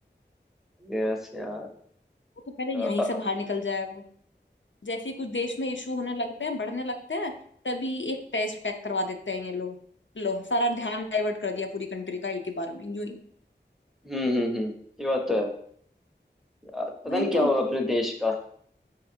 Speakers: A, in the centre; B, on the left.
A: यस यार
B: वो तो पहले
A: अ,
B: यहीं
A: अ,
B: से बाहर
A: अ,
B: निकल जाए वो जैसे ही कुछ देश में इशू होने लगते हैं बढ़ने लगते हैं तभी एक टेररिस्ट अटैक करवा देते हैं ये लोग लो सारा ध्यान डाइवर्ट कर दिया पूरी कंट्री का एक ही बार में यूं ही
A: हम्म हम्म हम्म ये बात तो है यार पता
B: वही
A: नहीं क्या
B: तो
A: होगा अपने देश का